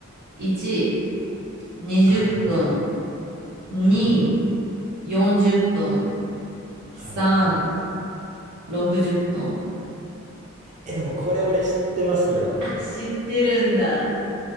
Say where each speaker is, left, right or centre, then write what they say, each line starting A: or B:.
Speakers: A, on the right; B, on the right.
A: ?1、20分。
B: はい。
A: 2、
B: はい。
A: 40分。
B: はい。
A: 3、60分。
B: え、でもこれ俺知ってますよ。
A: あ、知ってるんだ。